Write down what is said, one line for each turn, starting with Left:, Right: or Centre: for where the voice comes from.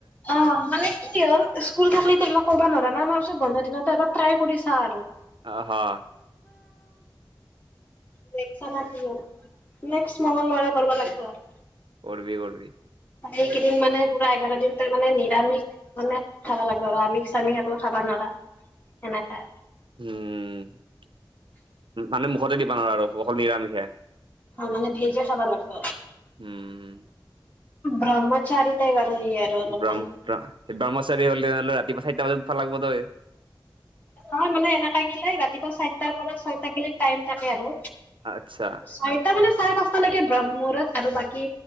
Left: অহ, মানে কি হ'ল স্কুল থাকলি ত' এইবিলাক কৰবা নৰা না, আমাৰ পিছত। বন্ধা দিনতে এবাৰ ট্ৰাই কৰি চা আৰু।
Right: অহ', হ।
Left: দেখছা না কি হ'ল। নেক্স মঙ্গলবাৰে কৰবা লাগবো আৰু।
Right: কৰবি, কৰবি।
Left: এই কেইদিন মানে পুৰা এঘাৰ দিন তাৰমানে নিৰামিষ মানে খাবা লাগিব আৰু আমিক চামিক একো খাবা নৰা। এনেকে।
Right: উম মানে মুখতে দিবা নোৱাৰো আৰু অকল নিৰামিষে।
Left: অ মানে ভেইজে চাব লাগিব।
Right: উম
Left: ব্ৰহ্মচাৰী টাইপ আৰু ই আৰু অলপমান
Right: ব্ৰ ব্ৰহ্মচাৰী হ'লে হ'লে ৰাতিপুৱা চাৰিটা বজাত উঠবা লাগিব তই।
Left: নহয় মানে এনেকাগেলে ৰাতিপুৱা চাইটাৰ পৰা ছয়তাকলগি টাইম থাকে আৰু।
Right: আচ্ছা
Left: চাৰিটা মানে চাৰে পাঁচটা লৈকে ব্ৰহ্মমুহূৰ্ত আৰু বাকী